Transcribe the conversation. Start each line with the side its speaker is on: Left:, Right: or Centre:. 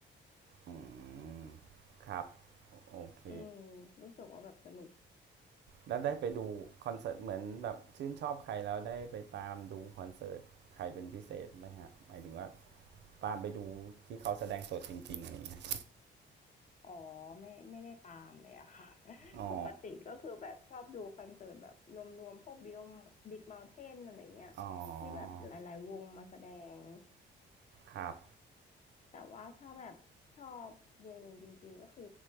Right: อืมครับโอเค
Left: อืมรู้สึกว่าแบบสนุก
Right: แล้วได้ไปดูคอนเสิร์ตเหมือนแบบชื่นชอบใครแล้วได้ไปตามดูคอนเสิร์ตใครเป็นพิเศษไหมฮะหมายถึงว่า ตามไปดูที่เขาแสดงสดจริงๆอะไรเงี้ย
Left: อ๋อไม่ไม่ได้ตามเลยอะค่ะ <laughs>
Right: อ๋อ
Left: ปกติก็คือแบบชอบดูคอนเสิร์ตแบบรวมๆพวกบิ๊กบิ๊กเมาน์เทนอะไรเงี้ยที่แบบหลายๆวงมาแสดง
Right: อ๋อ ครับ
Left: แต่ว่าถ้าแบบชอบวงจริงๆก็คือ